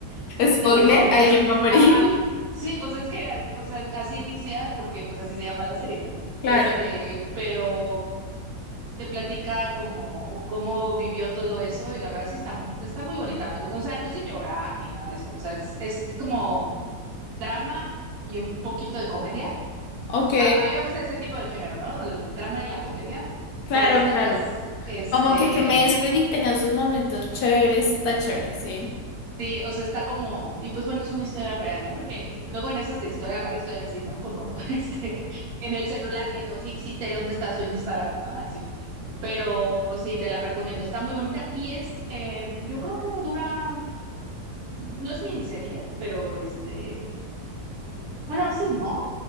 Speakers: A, on the right; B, on the left.
A: <laughs>
B: Spoiler,
A: este,
B: ahí yo me voy a morir.
A: ah,
B: <laughs>
A: sí, o sea, es que, al- o sea, así inicia porque pues así se llama la serie, ¿no?
B: Claro.
A: Este, pero te platica como cómo vivió todo eso y la verdad sí está, mu- está muy bonita, me gusta, o sea, no es de llorar ni nada de eso, o sea, es, es como drama y un poquito de comedia
B: Ok.
A: A, a mí me gusta ese tipo de género, ¿no? El drama y la comedia,
B: Claro,
A: pero este
B: claro.
A: pues, este,
B: Como que se mezclen y tengan sus momentos chéveres, está chévere, sí.
A: sí, o sea, está como, y pues bueno, es una historia real, ¿no? Porque luego en esas de historia real estoy así, ¿no? Como, <laughs> este, en el celular viendo si existe, dónde está su Instagram, ¿no? Así. Pero sí, te la recomiendo, está muy bonita y es, eh, yo creo que dura, no es miniserie, pero este, bueno, sí, ¿no?